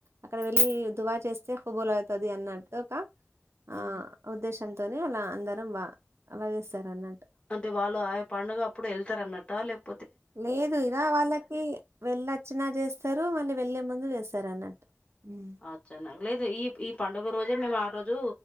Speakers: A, on the right; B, on the left.
A: అక్కడ వెళ్ళి దువా చేస్తే హుబులు అవుతాది అన్నట్టు ఒక ఆ
B: ఉహు.
A: ఉద్దేశంతోనే అలా అందరం వా అలా చేస్తార అన్నట్
B: అంటే వాళ్ళు ఆ పండుగ అప్పుడు ఏళ్తారా అన్నట్ట లేకపో
A: లేదు ఇగ వాళ్ళకి వెళ్ళచ్ వచ్చిన చేస్తారు మళ్ళీ వెళ్ళే ముందు చేస్తారు అన్నట్టు హ్మ్
B: అచ్చనా లేదు ఈ ఈ పండుగ రోజే మేము ఆ రోజు